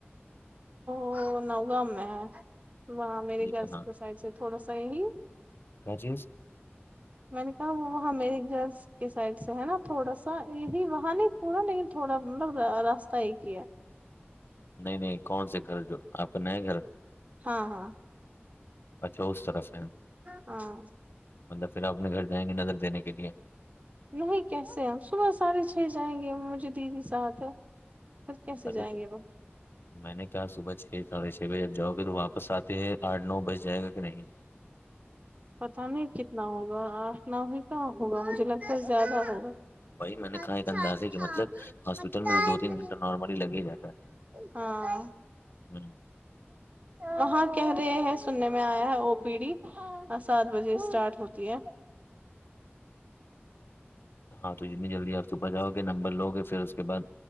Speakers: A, on the right; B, on the left.
A: وہ نوگاں میں ہے وہاں میرے
B: یہ
A: گھر
B: کہاں
A: کے سائڈ سے تھوڑا سا یہ ہی
B: کیا چیز
A: میں نے کہا وہ وہ ہمیر جرس کے سائڈ سے ہے نا تھوڑا سا یہی وہاں نہیں پورا لیکن تھوڑا مطلب راستہ ایک ہی ہے
B: نہیں نہیں کون سے گھر جو آپ کا نیا گھر
A: ہاں ہاں
B: اچھا اس طرف سے
A: ہاں
B: مطلب پھر آ اپنے گھر جائیں گے نظر دینے کے لیے
A: نہیں کیسے ہیں ہم صبح ساڑے چھ جائیں گے مجھے دیدی ساتھ ک کیسے
B: ارے
A: جائیں گے وہ
B: میں نے کہا صبح چھ ساڑھے چھ بجے اب جاؤ گے تو واپس آتے ہیں آٹھ نو بج جائے گا کہ نہیں
A: پتہ نہیں کتنا ہوگا آٹھ ن ہی کہاں ہوگا مجھے لگتا ہے زیادہ ہوگا
B: وہی میں نے
A: اچھا
B: کہا ایک اندازے
A: اچھا
B: کے مطلب ہاسپٹل
A: پتا
B: میں تو دو تین
A: نہیں
B: گھنٹہ نارملی لگے ہی جاتا ہے
A: ہاں
B: ہی
A: وہاں کہہ رہے ہیں سننے میں آیا ہے وہ پیڑھی سات بجے اسٹارٹ ہوتی ہے
B: ہاں تو جتنی جلدی آپ صبح جاؤ گے نمبر لو گے پھر اس کے بعد